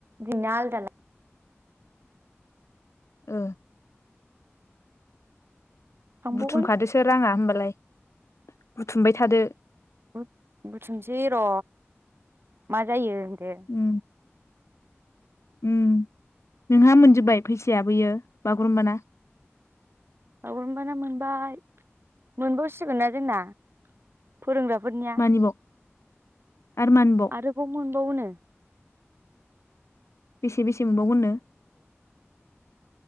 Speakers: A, on the right; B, on the left.
A: बिना आलदालाय।
B: ओ।
A: थांबावगोन
B: बुथुमखादोसो राङा होमबा लाय बुथुमबाय थादो।
A: बु बुथुमसै र' मा जायो। दे।
B: उम उम नोंहा मोनजोबबाय फैसाया बैयो बागुरुम्बाना?
A: बागुरुम्बाना मोनबाय मोनबावसिगोन ना जोंना। फोरोंग्राफोरनिया
B: मानिबाव आरो मानिबाव
A: आरोबाव मोनबावोनो।
B: बेसे बेसे मोनबावगोननो?